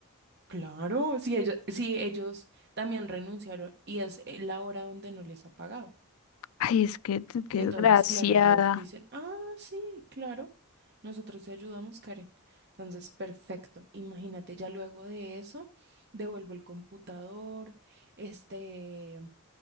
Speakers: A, on the right; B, on the left.
A: claro, si ellos, si ellos también renunciaron y es eh, la hora donde no les ha pagado.
B: Ay, es que, que
A: Entonces,
B: desgraciada.
A: claro, ellos dicen, ah, sí, claro, nosotros te ayudamos, Karen. Entonces, perfecto. Imagínate, ya luego de eso, devuelvo el computador, este,